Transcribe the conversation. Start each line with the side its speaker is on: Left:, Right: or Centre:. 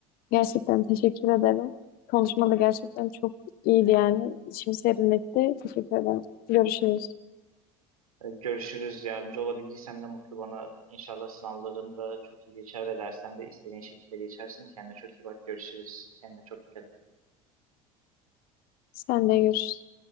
Left: Gerçekten teşekkür ederim. Konuşma da gerçekten çok iyiydi yani. İçimi serinletti. Teşekkür ederim. Görüşürüz.
Right: Ee, Görüşürüz. Yardımcı olabildiysem ne mutlu bana. İnşallah sınavların da çok iyi geçer ve dersten de istediğin şekilde geçersin. Kendine çok iyi bak. Görüşürüz. Kendine çok dikkat et.
Left: Sen de görüşürüz.